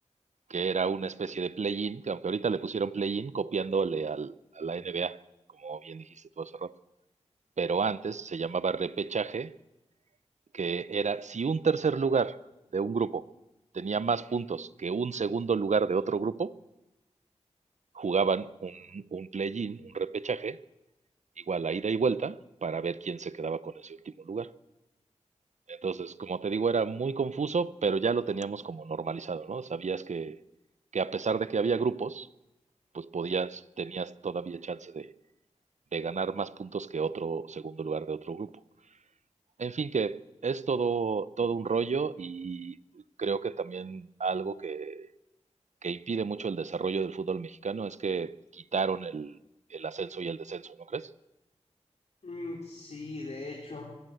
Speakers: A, on the right (about 80°); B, on the left (about 70°).
A: que era una especie de play-in, que aunque ahorita le pusieron play-in copiándole al, a la NBA, como bien dijiste tú hace rato. Pero antes se llamaba repechaje, que era si un tercer lugar de un grupo tenía más puntos que un segundo lugar de otro grupo, jugaban un, un play-in, un repechaje, igual a ida y vuelta, para ver quién se quedaba con ese último lugar. Entonces, como te digo, era muy confuso, pero ya lo teníamos como normalizado, ¿no? Sabías que, que a pesar de que había grupos, pues podías, tenías todavía chance de, de ganar más puntos que otro segundo lugar de otro grupo. En fin, que es todo, todo un rollo y creo que también algo que, que impide mucho el desarrollo del fútbol mexicano es que quitaron el, el ascenso y el descenso, ¿no crees?
B: Mm, sí, de hecho.